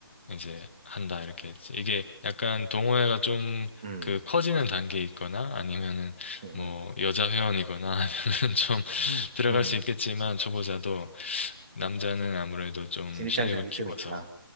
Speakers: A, on the left; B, on the right.
A: 이제 한다 이렇게 했지. 이게 약간 동호회가 좀
B: 음,
A: 그 커지는 단계에 있거나 아니면은
B: 음,
A: 뭐 여자 회원이거나 <laughs> 하면은 좀 들어갈
B: 음. 음.
A: 수 있겠지만 초보자도 남자는 아무래도 좀
B: 진입장벽이
A: 실력을 키워서
B: 좀 있다.